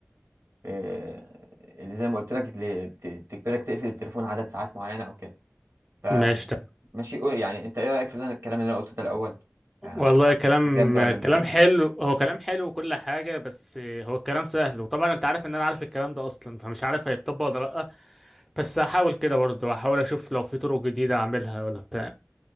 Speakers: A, on the right; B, in the centre.
A: إيه اللي زي ما قلت لك اللي بت- بتجبرك تقفل التليفون عدد ساعات معينه او كده فماشي
B: ماشي
A: قول- يعني انت ايه رايك في اللي انا الكلام اللي انا قلته ده الاول يعني
B: والله
A: عشان أعرف
B: كلام
A: أنت جد ولا
B: كلام
A: مش جد
B: حلو هو كلام حلو وكل حاجة بس هو الكلام سهل وطبعا انت عارف ان انا عارف الكلام ده اصلا فمش عارف هيتطبق ولا لأ بس هحاول كده برضه هحاول اشوف لو في طرق جديدة اعملها ولا بتاع